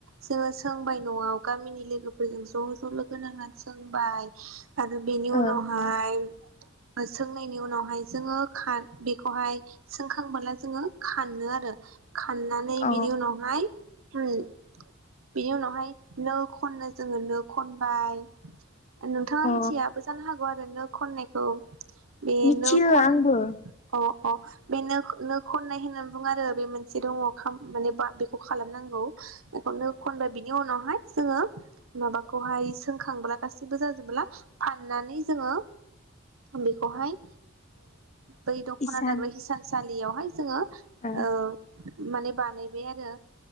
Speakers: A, on the right; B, on the left.
A: जोंङो सोंबाय न'आव गामिनि लोगोफोरजों ज' ज' लोगो नांनानै सोंबाय। आरो बिनि
B: ओ
A: उनावहाय ओसोंनायनि उनावहाय जोंङो बेखौहाय सोंखांबोला जोंङो खानो आरो। खाननानै
B: अ
A: बिनि उनावहाय फ्रये बिनि उनावहाय नो खननो जोंङो नो खनबाय ओ नोंथांङा
B: अ
A: मिथियाबो जानो हागौ आरो नो खननाय खौ बे
B: मिथियो
A: नो खन
B: आंबो
A: अ अ बे नो-नो खननाय होननानै बुं आरो बे मोनसे दंङ खाम माने बा बेखौ खालामनांगौ। बेखौ नो खनबाय बिनि उनावहाय जोंङो माबाखौहाय सोंखांब्ला गासैबो जाजोबब्ला फाननानै जोंङो बेखौहाय बै दख'ना
B: इसान
A: दाग्रा हिसान स सालियावहाय जोंङो
B: ओ
A: औ माने बानायबाय आरो।